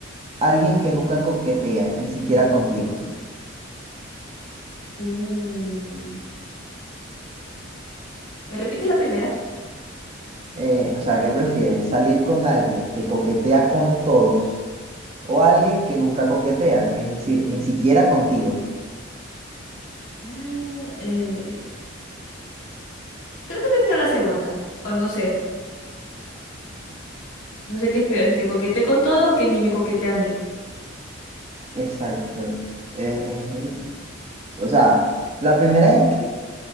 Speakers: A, on the right; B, on the left.
A: alguien que nunca coquetea, ni siquiera contigo.
B: Uh, ¿me repites la primera?
A: Eh, o sea, ¿qué prefieres? ¿Salir con alguien que coquetea con todos o alguien que nunca coquetea? Es decir, ni siquiera contigo.
B: Ah, eh, creo que prefiero la segunda, o no sé, no sé qué es peor, si que coquete con todos o que ni me coquete a mí.
A: Exacto. Eh, es un- o sea, la primera es que